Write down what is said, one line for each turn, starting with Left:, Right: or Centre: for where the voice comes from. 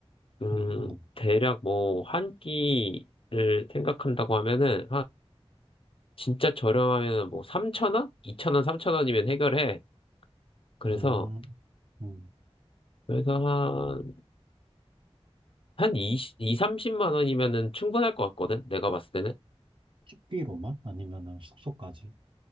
Left: 음,
Right: 응, 응,
Left: 대략 뭐, 한 끼를 생각한다고 하면은, 진짜 저렴하면 뭐3천원2천원3천원이면 해결해. 그래서,
Right: 음, 음.
Left: 그래서 한, 한2이 2, 30만 원이면은 충분할 것 같거든? 내가 봤을 때는.
Right: 식비로만? 아니면은 숙소까지?